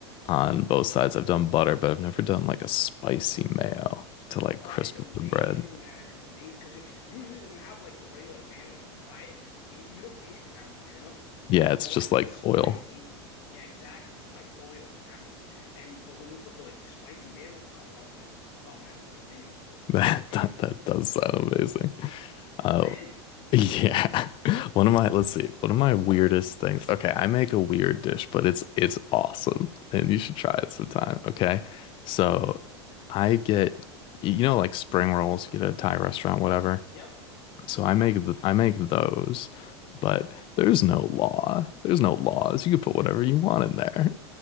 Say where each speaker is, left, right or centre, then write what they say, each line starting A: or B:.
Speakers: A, on the left; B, on the left.
A: on both sides. I've done butter, but I've never done like a spicy mayo to like
B: Oh,
A: crisp
B: it's amazing,
A: up the bread.
B: man. It's amazing because usually when you have like the regular mayo and you fry it, you, you don't taste it that much, you know?
A: Yeah, it's
B: But
A: just
B: like when
A: like
B: it's spicy,
A: oil. <laughs>
B: yeah, exactly. It's just like oil, exactly. And but when you put the like the spicy mayo on top, oh man, oh man, it's amazing,
A: That
B: amazing.
A: that, that does sound amazing.
B: Amazing.
A: Oh, yeah. <laughs> One of my, let's see, one of my weirdest things. Okay, I make a weird dish, but it's it's awesome and you should try
B: Hmm.
A: it sometime, okay? So, I get you know like spring rolls you get at a Thai restaurant, whatever.
B: Yep.
A: So
B: Yep.
A: I make th I make those, but there's no law. There's no laws. You can put whatever you want in there.